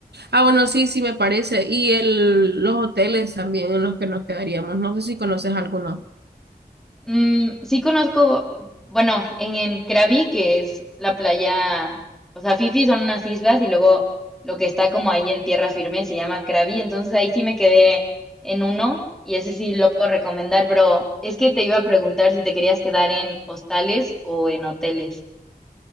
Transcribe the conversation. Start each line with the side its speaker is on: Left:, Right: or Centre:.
Right: Ah, bueno, sí, sí me parece. Y el, los hoteles también en los que nos quedaríamos. No sé si conoces alguno.
Centre: Mm, sí conozco, bueno, en, en Krabi, que es la playa, o sea, Fifi son unas islas y luego lo que está como ahí en tierra firme se llama Krabi, entonces ahí sí me quedé en uno y ese sí lo puedo recomendar, pero es que te iba a preguntar si te querías quedar en hostales o en hoteles.